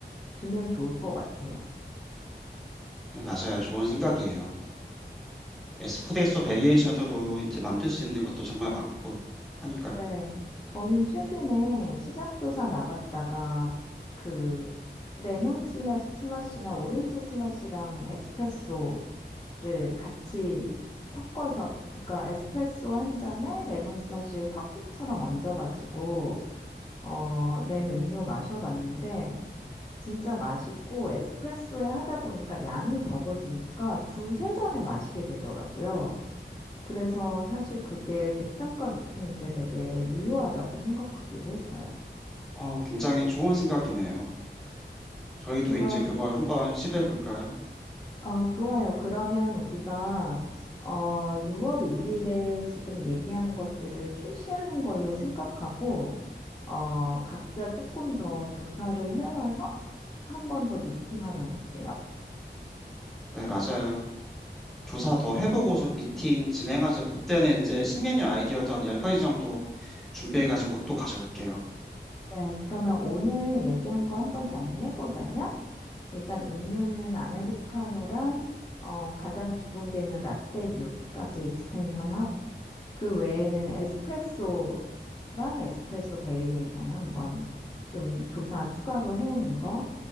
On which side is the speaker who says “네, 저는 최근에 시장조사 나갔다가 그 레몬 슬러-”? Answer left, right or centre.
Left